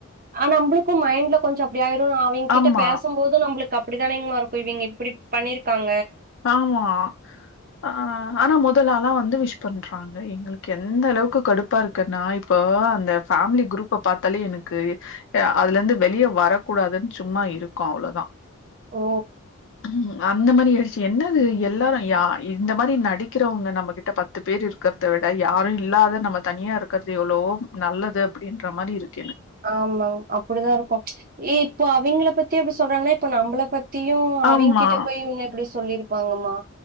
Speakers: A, on the right (about 45°); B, on the left (about 65°).
A: ஆன நம்புளுக்கு மைண்ட்ல கொஞ்ச அப்பிடி ஆயிரு அவிங்கிட்ட
B: ஆமா
A: பேசம் போது நம்மளுக்கு அப் இப்பிடித்தானிங்கமா இருக்கு இவிங்க இப்பிடி பண்ணிருக்காங்
B: ஆமா ஆ ஆனா மொத் த்தலாலா வந்து விஷ் பண்றாங்க எங்களுக்கு எந்த அளவுக்கு கடுப்பா இருக்குன்னா இப்போ அந்த பேமிலி குரூப்ப பாத்தாலே எனக் க்கு அ அதுல இந்து வெளியே வரக்கூடாதுன்னு சும்மா இருக்கோ அவ்ளோதா
A: ஓ
B: ம் அந்த மாரி எழுச்சு என்னது எல்லாரு யா இந்த மாரி நடிக்கிறவங்க நம்மகிட்ட பத்து பேர் இருக்கிறத விட யாரு இல்லாத நம்ம தனியா இருக்கிறது எவ்ளோ நல்லது அப்பிடின்ற மாரி இருக்
A: ஆமாங் அப்பிடிதா இருக்கு ஏ இப்போ அவிங்கள பத்தி எப்பிடி சொல்றாங்கன்னா இப்ப நம்மள பத் தியு அவிங்கிட்ட
B: ஆமா.
A: போய் இவுங்கள இப்பிடி சொல் வாங்கம்மா